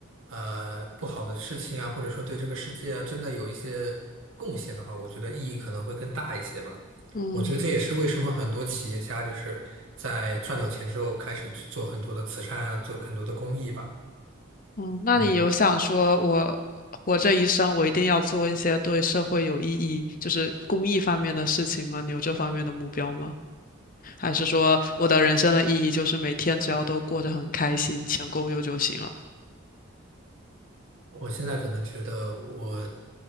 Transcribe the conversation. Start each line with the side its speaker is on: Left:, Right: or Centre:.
Right: 呃不好的事情啊，或者说对这个世界啊真的有一些贡献的话，我觉得意义可能会更大一些吧。
Left: 嗯。
Right: 我觉得这也是为什么很多企业家就是在赚到钱之后开始去做很多的慈善啊，做很多的公益吧。
Left: 嗯，那你有想说，
Right: 嗯，
Left: 我活这一生，我一定要做一些对社会有意义，就是公益方面的事情吗？你有这方面的目标吗？还是说我的人生的意义就是每天只要都过得很开心，钱够用就行了？
Right: 我现在可能觉得我